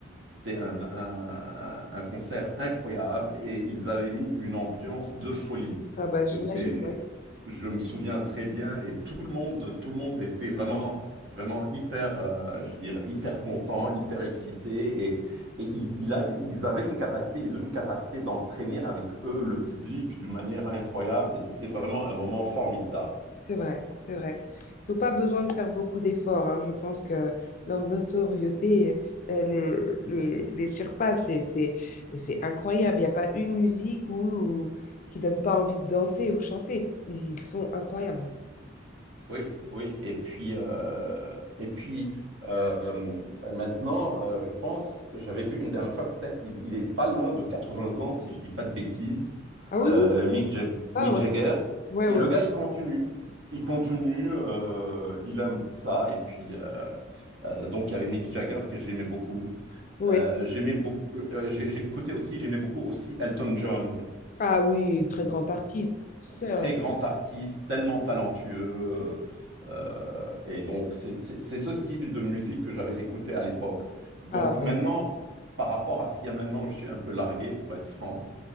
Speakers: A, on the right; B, on the left.
A: c'était un, un- un concert incroyable et ils avaient mis une ambiance de folie.
B: Ah bah
A: C'était,
B: j'imagine, ouais.
A: je me souviens très bien et tout le monde, tout le monde était vraiment, vraiment hyper, euh, je dirais, hyper content, hyper excité et il, il a, ils avaient une capacité, ils ont une capacité d'entraîner avec eux le public d'une manière incroyable. Et c'était vraiment un moment formidable.
B: C'est vrai, c'est vrai. Ils n'ont pas besoin de faire beaucoup d'efforts. hein. Je pense que leur notoriété euh, les, les, les surpasse et c'est et c'est incroyable. Il n'y a pas une musique où, où- qui donne pas envie de danser ou chanter. Ils sont incroyables.
A: Oui, oui. Et puis, euh, et puis euh, maintenant, euh, je pense que j'avais vu une dernière fois que peut-être il, il est pas loin de 80 ans, si je dis pas de bêtises,
B: Ah oui,
A: euh,
B: oui.
A: Mick Jag-
B: Ah
A: Mick
B: ouais.
A: Jagger.
B: Ouais,
A: Et
B: ouais,
A: le
B: ouais.
A: gars, il continue. Il continue, euh, il aime ça. Et puis, euh, euh, donc, il y avait Mick Jagger que j'aimais beaucoup.
B: Ouais.
A: Euh, j'aimais beaucoup, euh, j'ai- j'écoutais aussi, j'aimais beaucoup aussi Elton John
B: Ah oui, très grand artiste. Sœur.
A: très
B: est
A: grand artiste, tellement talentueux. euh, et donc, c'est c'est- c'est ce style de musique que j'avais écouté à l'époque. Donc
B: Ah
A: maintenant,
B: ouais.
A: par rapport à ce qu'il y a maintenant, je suis un peu largué, pour être franc.